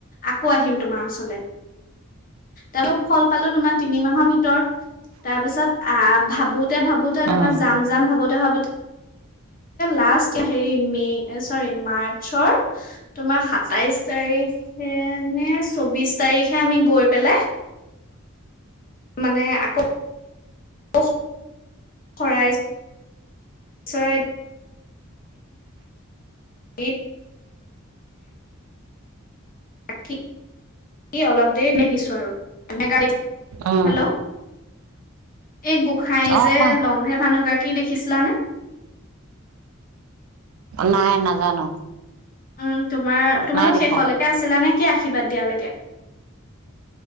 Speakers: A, on the left (about 45°); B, on the right (about 80°).
A: আকৌ আহিম তোমাৰ ওচৰলৈ। তাৰপৰা ফল পালো তোমাৰ তিনি মাহৰ ভিতৰত তাৰ পিছত আহ ভাবোতে ভাবোতে
B: উম
A: তাৰপা যাম যাম ভাবোতে ভাবোতে। লাষ্ট হেৰি মে চৰি মাৰ্চৰ তোমাৰ সাতাইশ তাৰিখে নে চৌবিশ তাৰিখে আমি গৈ। পেলাই। মানে আকৌ। <unintelligible> শৰাই। চৰাই। দি। দি অলপ দেৰি ন আহিছো আৰু গাড়
B: উম
A: হেল্ল'। এই গোঁসাই
B: অ
A: যে
B: কোৱা
A: লম্ভে মানুহগৰাকী দেখিছিলা নে।
B: নাই নাজানো।
A: উম তোমাৰ তোমালোক
B: নাই দেখা
A: শেষলৈকে আছিলা নে। কি আশীৰ্বাদ দিয়ালৈকে।